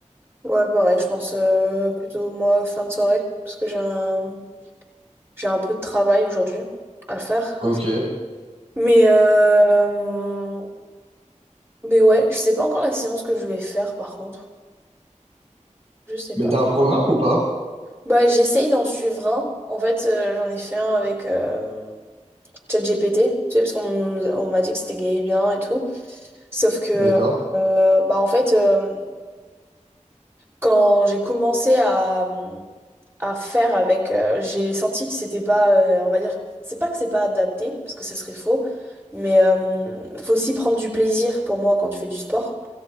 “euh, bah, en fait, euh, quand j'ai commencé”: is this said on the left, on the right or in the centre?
Right